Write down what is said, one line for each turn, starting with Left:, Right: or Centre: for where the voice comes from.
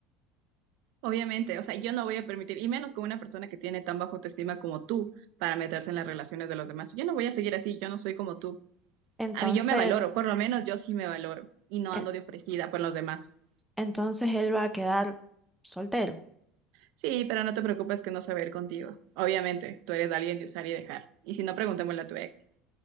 Right: Obviamente, o sea, yo no voy a permitir, y menos con una persona que tiene tan bajo autoestima como tú, para meterse en las relaciones de los demás. Yo no voy a seguir así, yo no soy como tú.
Centre: Entonces,
Right: A mí yo me valoro, por lo menos yo sí me valoro y no ando
Centre: e-
Right: de ofrecida por los demás.
Centre: entonces él va a quedar soltero.
Right: Sí, pero no te preocupes que no se va a ir contigo. Obviamente, tú eres alguien de usar y dejar. Y si no, preguntémosle a tu ex,